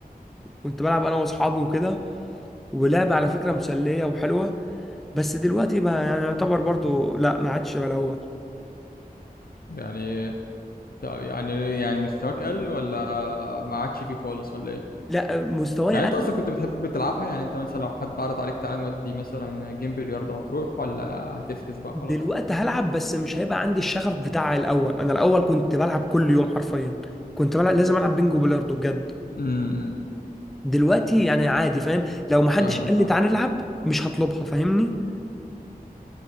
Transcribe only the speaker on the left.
يعني طب يعني يعني مستواك قل ولا ما عادش فيه خالص ولا ايه
يعني
انت اصلا كنت بتحب تلعبها يعني انت مثلا لو حد عرض عليك تعالى نودي مثلا جيم بلياردو هتروح ولا هتفكس بقى
خلاص
امم
فاهمك